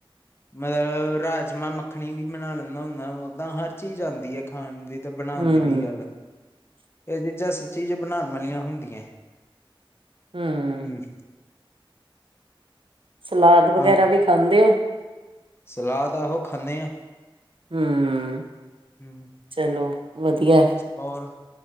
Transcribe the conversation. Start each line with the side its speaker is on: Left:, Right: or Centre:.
Left: ਮਲਬ ਰਾਜਮਾਂ ਮੱਖਣੀ ਵੀ ਬਣਾ ਲੈਂਨਾ ਹੁੰਨਾ, ਓਦਾਂ ਹਰ ਚੀਜ਼ ਆਦੀ ਐ। ਖਾਣ ਦੀ ਤੇ ਬਣਾਉਣ
Right: ਹਮ
Left: ਦੀ ਵੀ ਗੱਲ, ਇਹ ਚੀਜ਼ਾਂ ਸੱਚੀ 'ਚ ਬਣਾਣ ਵਾਲੀਆਂ ਹੁੰਦੀਆਂ।
Right: ਹਮ
Left: ਹੂੰ।
Right: ਸਲਾਦ ਵਗੈਰਾ
Left: ਹਾਂ
Right: ਵੀ ਖਾਂਦੇ ਹੋ?
Left: ਸਲਾਦ ਆਹੋ ਖਾਂਨੇ ਆ।
Right: ਹੂੰ,
Left: ਹਮ
Right: ਚਲੋ ਵਧੀਆ।
Left: ਹੋਰ